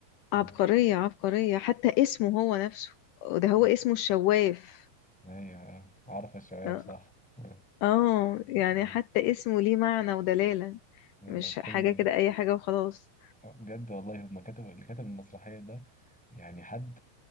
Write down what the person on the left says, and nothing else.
عبقرية
عبقرية حتى اسمه هو نفسه ده هو
اسمه الشواف
اه
آه، يعني
حتى اسمه ليه معنى ودلالة
مش
حاجة كده اي حاجة وخلاص